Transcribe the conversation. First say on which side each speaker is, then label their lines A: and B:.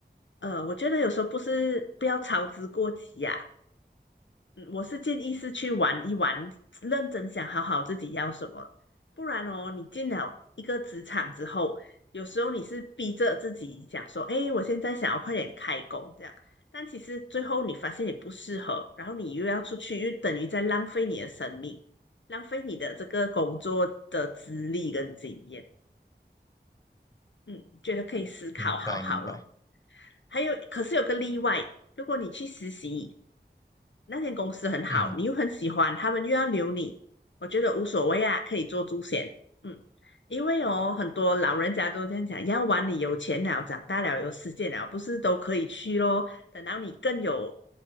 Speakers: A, on the left; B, on the left.
A: 呃，我觉得有时候不是不要操之过急呀、嗯我是建议是去玩一玩，认真想好好自己要什么，不然哦，你进了一个职场之后，有时候你是逼着自己想说，哎，我现在想要快点开工这样，但其实最后你发现你不适合，然后你又要出去，又等于在浪费你的生命，浪费你的这个工作的资历跟经验。嗯，觉得可以思考好好咯。
B: 明白，明白。
A: 还有，可是有个例外，如果你去实习，那间公司很好，
B: 嗯。
A: 你又很喜欢，他们又要留你，我觉得无所谓啊，可以做猪险。嗯，因为哦，很多老人家都这样讲，要玩你有钱了，长大了有时间了，不是都可以去咯？等到你更有